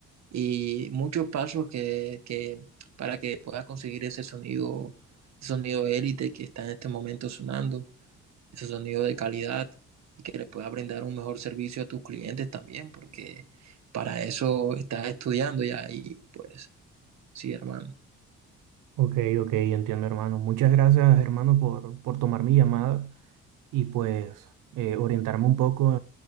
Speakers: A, on the right (about 60°); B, on the right (about 85°).
A: y muchos pasos que, que para que puedas conseguir ese sonido, ese sonido élite que está en este momento sonando, ese sonido de calidad y que le puedas brindar un mejor servicio a tus clientes también, porque para eso estás estudiando ya y pues sí, hermano.
B: Ok, ok, entiendo, hermano. Muchas gracias, hermano, por, por tomar mi llamada y pues eh, orientarme un poco